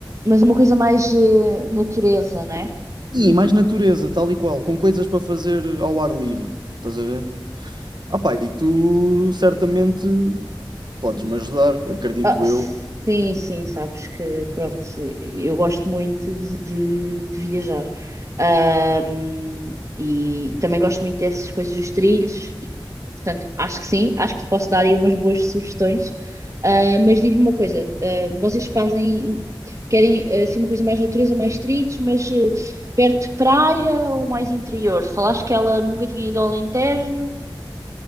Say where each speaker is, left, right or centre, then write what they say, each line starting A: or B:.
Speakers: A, on the right; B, on the right.
A: mas uma coisa mais eh, natureza, né?
B: E mais natureza, tal e qual, com coisas para fazer ao ar livre. Estás a ver? Ah pá, e tu certamente podes-me ajudar, acredito
A: Ah, sim,
B: eu.
A: sim, sabes que, pronto, eu gosto muito de, de- de viajar. Ahm, e também gosto muito dessas coisas dos trilhos Portanto, acho que sim, acho que te posso dar aí umas boas sugestões. Ah, mas diz-me uma coisa, ah, vocês fazem, querem ah, assim uma coisa mais natureza, mais trilhos, mas eh, perto de praia ou mais interior? Falaste que ela nunca tinha ido ao Alentejo,